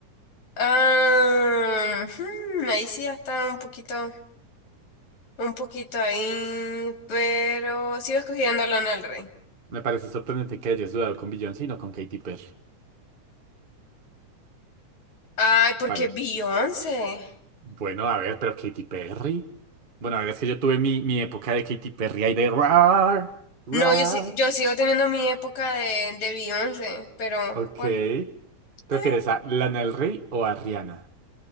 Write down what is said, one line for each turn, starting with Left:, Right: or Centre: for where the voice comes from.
Left: Ah, hmm, ahí sí ya está un poquito, un poquito ahí, pero sigo escogiendo a Lana del Rey.
Right: Me parece sorprendente que hayas dudado con Beyoncé y no con Katy Perry.
Left: Ay, porque
Right: Vale.
Left: Beyoncé.
Right: Bueno, a ver, pero Katy Perry. Bueno, a ver, es que yo tuve mi, mi época de Katy Perry ahí de rar, rar.
Left: No, yo, sí- yo sigo teniendo mi época de, de Beyoncé, pero
Right: Ok.
Left: pues.
Right: ¿Prefieres
Left: eh.
Right: a Lana del Rey o a Rihanna?